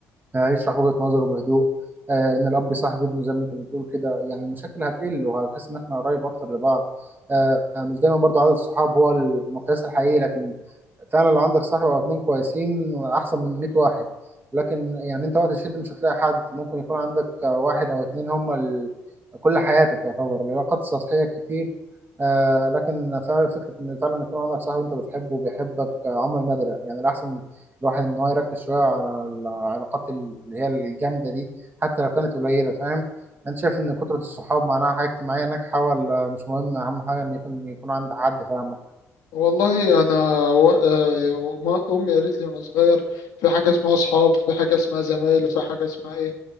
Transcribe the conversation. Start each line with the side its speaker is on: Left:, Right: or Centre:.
Right: هيشرح وجهة نظره بهدوء آه، ان الاب يصاحب ابنه زي ما انت بتقول كده يعني المشاكل هتقل وهتحس ان احنا قريب اكتر لبعض آه، مش دايما برضه عدد الصحاب هو المقياس الحقيقي لكن فعلا لو عندك صاحب او اتنين كويسين احسن من 100 واحد لكن يعني انت وقت الشد مش هتلاقي حد ممكن يكون عندك واحد او اتنين هم ال... كل حياتك يعتبر العلاقات السطحية كتير آه لكن فعلا فكرة ان فعلا يكون عندك صاحب انت بتحبه وبيحبك آه، عمر نادرة يعني الاحسن الواحد ان هو يركز شوية على العلاقات اللي هي الجامدة دي حتى لو كانت قليلة فاهم انت شايف ان كثرة الصحاب معناها حاجة اجتماعية ناجحة ولا مش مهم اهم حاجة ان يكون يكون عند حد فاهمك
Left: والله انا و... آه، وما- امي قالت لي وانا صغير في حاجه اسمها اصحاب في حاجه اسمها زمايل وفي حاجه اسمها ايه